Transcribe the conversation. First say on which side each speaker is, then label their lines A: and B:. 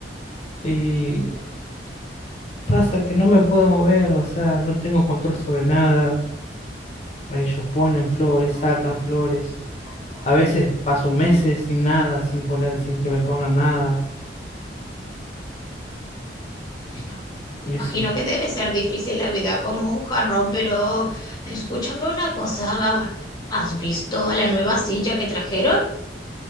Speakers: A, on the left (about 40°); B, on the left (about 25°).
A: y pasa que no me puedo mover, o sea, no tengo control sobre nada. Ellos ponen flores, sacan flores. A veces paso meses sin nada, sin poner, sin que me pongan nada.
B: Bueno, imagino
A: Eso,
B: que debe ser difícil la vida como un jarrón, pero escúchame una cosa. ¿Has visto a la nueva silla que trajeron?